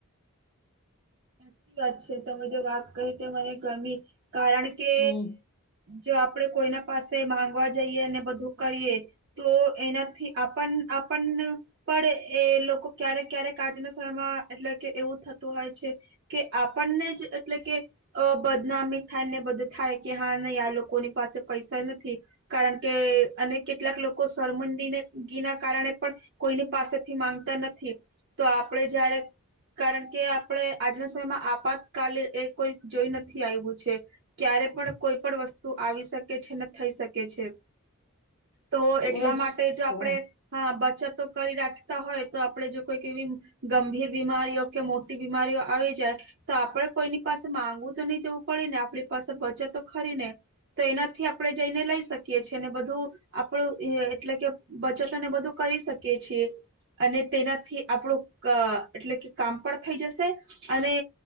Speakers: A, on the right; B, on the left.
A: સાચી વાત છે તમે જો વાત કહી તે મને ગમી કારણ કે
B: હમ <inaudible>
A: જો આપડે કોઈના પાસે માંગવા જઈએ અને બધું કરીએ તો એનાથી આપણ આપણ પણ એ લોકો ક્યારેક ક્યારેક આજના સમયમાં એટલે કે એવું થતું હોય છે કે આપણને જ એટલે કે અ બદનામી થાય ને બધું થાય કે હા નહી આ લોકોની પાસે પૈસા નથી કારણ કે અને કેટલાક લોકો સરમંદડગી ના કારણે પણ કોઈની પાસેથી માંગતા નથી તો આપણે જ્યારે કારણ કે આપણે આજના સમયમાં આપાતકાલે એ કોઈ જોઈ નથી આવ્યું છે ક્યારે પણ કોઈ પણ વસ્તુ આવી શકે છે ને થઈ શકે છે તો એટલા
B: એજ
A: માટે જો આપડે
B: તો
A: હા બચત કરી રાખતા હોય તો આપડે જો કોઈક એવી ગંભીર બીમારીઓ કે મોટી બીમારીઓ આવી જાય તો આપડ કોઈની પાસે માંગવું તો નહી જવું પડે ને આપણી પાસે બચત ખરી ને તો એનાથી આપણે જઈને લઈ શકીએ છીએ ને બધું આપણું એટલે કે બચત ને બધું કરીહી શકીએ છીએ અને તેનાથી આપણું એટલે કે કામ પણ થઈ જશે અને